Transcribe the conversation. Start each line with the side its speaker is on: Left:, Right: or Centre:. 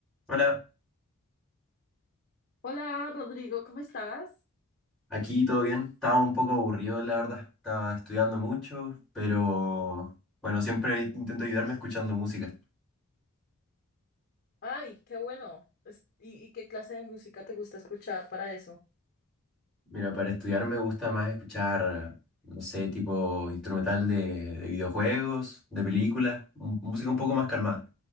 Centre: Hola,
Left: Hola Rodrigo, ¿cómo estás?
Centre: aquí todo bien. Estaba un poco aburrido, la verdad. Estaba estudiando mucho, pero bueno, siempre intento ayudarme escuchando música.
Left: Ay, qué bueno. Es- ¿Y, y qué clase de música te gusta escuchar para eso?
Centre: Mira, para estudiar me gusta más escuchar, no sé, tipo instrumental de, de videojuegos, de películas, m- música un poco más calmada.